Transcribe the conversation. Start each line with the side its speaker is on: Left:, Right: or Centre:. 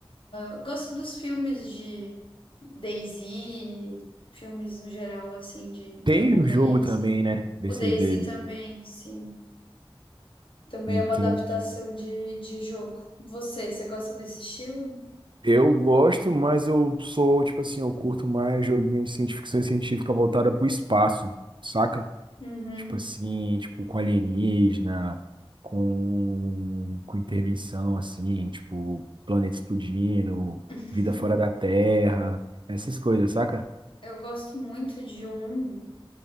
Left: Eu gosto dos filmes de DayZ, filmes no geral, assim, de, de
Right: Tem
Left: apocalipse.
Right: o jogo também, né? Desse
Left: O DayZ
Right: de, de...
Left: também, sim. Também
Right: Entendi.
Left: é uma adaptação de, de jogo. Você, você gosta desse estilo?
Right: Eu gosto, mas eu sou, tipo assim, eu curto mais joguinhos assim, de ficção científica voltada pro espaço, saca?
Left: Uhum.
Right: Tipo assim, tipo com alienígena, com, com intervenção, assim, tipo planeta explodindo,
Left: <laughs>
Right: vida fora da Terra, essas coisas, saca?
Left: Eu gosto muito de um.